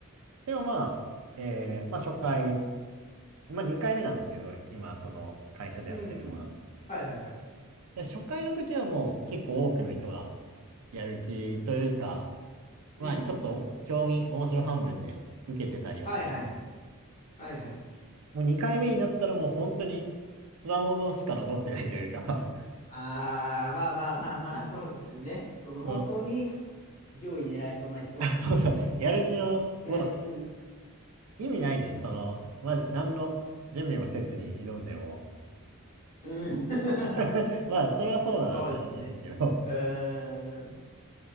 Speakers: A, on the right (about 80°); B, on the left (about 35°).
A: でもまあ、えーまあ初回、まあ2回目なんですけど、今、その会社でやってるのは。
B: うん。はいはいはい。
A: で初回の時はもう結構多くの人がやる気というか、
B: うん。
A: まあちょっと興味、面白半分で受けてたりはしたんです。
B: はいはいはい。はいはい。
A: もう2回目になったらもう本当に強者しか残ってないというか、
B: ああ、まあまあまあまあ、そうですよね。
A: <laughs>
B: その本当に
A: その、
B: 上位狙いそうな人。
A: あ、そうそう、やる気の、
B: うんうん。
A: もう意味ないんで、その、まあ何の準備もせずに挑んでも、
B: うん。<laughs>
A: <laughs> まあそれはそうだなとは思うんですけど、
B: そうですよね。うーん。